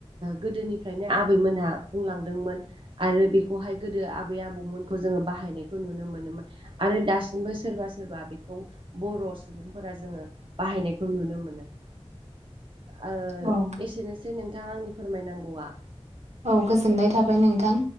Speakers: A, on the right (about 50°); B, on the right (about 80°).
A: गोदोनिफ्रायनो आबैमोनहा बुंलांदोंमोन आरो बेखौहाय गोदो आबै आबौमोनखौ जोङो बाहाय बाहायनायखौ नुनो मोनोमोन। आरो दासिमबो सोरबा सोरबा बेखौ बर' सुबुंफोरा जोङो बाहायनायखौ नुनो मोनो।
B: <inaudible>
A: ओ
B: औ
A: एसेनोसै नोंथां आंनि फोरमायनांगौआ।
B: औ गोजोननाय थाबाय नोंथां